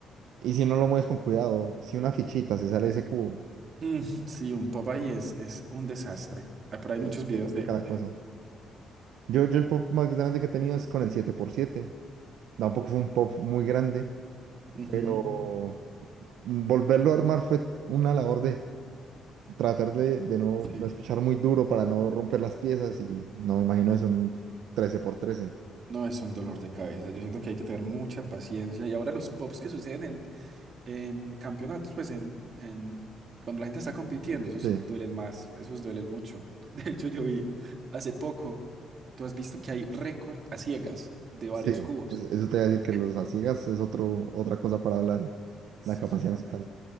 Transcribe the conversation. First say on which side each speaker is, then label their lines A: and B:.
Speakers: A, on the right; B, on the right.
A: y si no lo mueves con cuidado, si una fichita se sale de ese cubo,
B: Mm, sí, un pop ahí es, es un desastre. Ah, Por ahí
A: te,
B: hay muchos videos
A: te complica
B: de,
A: la
B: de-
A: cosa. Yo, yo el pop más grande que he tenido es con el siete por siete Tampoco fue un pop muy grande,
B: Ujú,
A: pero mm, volverlo a armar fue una labor tratar de, de no
B: sí.
A: espichar muy duro para no romper las piezas y no me imagino eso en un trece por trece
B: No es un dolor
A: No.
B: de cabeza. Yo siento que hay que tener mucha paciencia. Y ahora los pops que suceden en, En campeonatos, pues en, en cuando la gente está compitiendo, eso sí
A: Sí,
B: duele más, esos duelen mucho. <laughs> De hecho, yo vi hace poco, tú has visto que hay récord a ciegas de varios
A: sí,
B: cubos.
A: eso, eso te voy a decir que
B: Eh,
A: los asigas es otro, otra cosa para hablar,
B: Sí,
A: la capacidad
B: exacto.
A: mental.